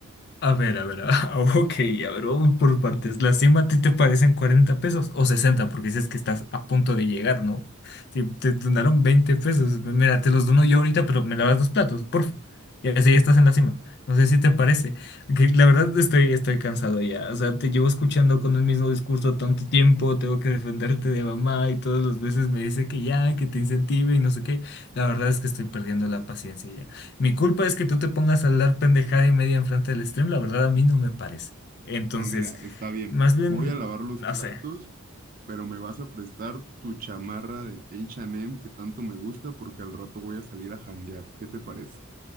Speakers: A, on the left; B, on the right.
A: A ver, a ver, a- <laughs> ok, a ver, vamos por partes. ¿La cima a ti te parecen 40 pesos o 60? Porque dices que estás a punto de llegar, ¿no? Si te donaron 20 pesos, mira, te los dono yo ahorita, pero me lavas los platos, porfa. Y así estás en la cima. No sé si te parece. Que la verdad estoy, estoy cansado ya. O sea, te llevo escuchando con el mismo discurso tanto tiempo, tengo que defenderte de mamá y todas las veces me dice que ya, que te incentive y no sé qué. La verdad es que estoy perdiendo la paciencia mi culpa es que tú te pongas a hablar pendejada y media enfrente del stream, la verdad a mí no me parece. Entonces,
B: Bueno, mira, está bien.
A: más bien,
B: Voy a lavar los
A: no
B: platos,
A: sé,
B: pero me vas a prestar tu chamarra del H&M que tanto me gusta porque al rato voy a salir a janguear. ¿Qué te parece?